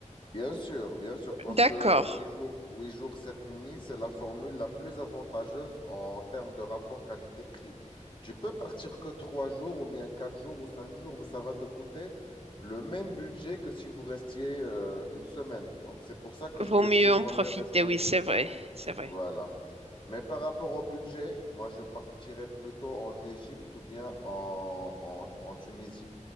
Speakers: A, on the left; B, on the right.
A: Bien sûr, bien sûr, parce
B: D'accord.
A: que huit jours, huit jours, sept nuits, c'est la formule la plus avantageuse en termes de rapport qualité-prix. Tu peux partir que trois jours ou bien quatre jours ou cinq jours, mais ça va te coûter le même budget que si vous restiez euh, une semaine. Donc c'est pour ça que
B: Vaut
A: je te dis,
B: mieux
A: vaut
B: en profiter,
A: mieux rester.
B: oui,
A: une-
B: c'est vrai, c'est vrai.
A: Voilà. Mais par rapport au budget, moi je partirais plutôt en Égypte ou bien en en- en Tunisie